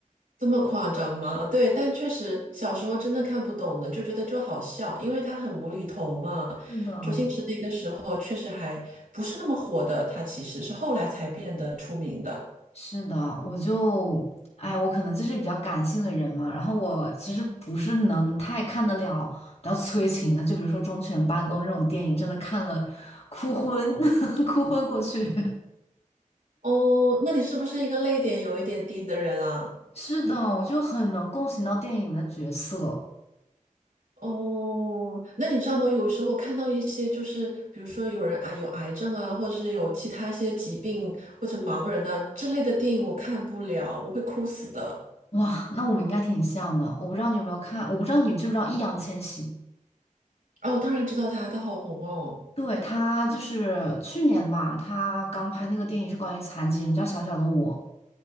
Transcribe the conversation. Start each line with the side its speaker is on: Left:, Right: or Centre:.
Right: 这么夸张吗？对，但确实小时候真的看不懂的，就觉得就好笑，因为他很无厘头嘛。
Left: 是的，
Right: 周星驰那个时候确实还不是那么火的，他其实是后来才变得出名的。
Left: 是的，我就，哎，我可能就是比较感性的人嘛，然后我其实不是能太看得了比较催情的，就比如说《忠犬八公》这种电影，真的看了哭昏，<laughs> 哭昏过去。<laughs>
Right: 哦，那你是不是一个泪点有一点低的人啊？
Left: 是的，我就很能共情到电影里面的角色。
Right: 哦，那你知道吗？有时候看到一些，就是比如说有人啊有癌症啊，或者是有其他一些疾病或者盲人呐、之类的电影，我看不了，我会哭死的。
Left: 哇，那我们应该挺像的。我不知道你有没有看，我不知道你知不知道易烊千玺。
Right: 哦，我当然知道他，他好红哦。
Left: 对，他就是去年吧，他刚拍那个电影是关于残疾人，叫《小小的我》。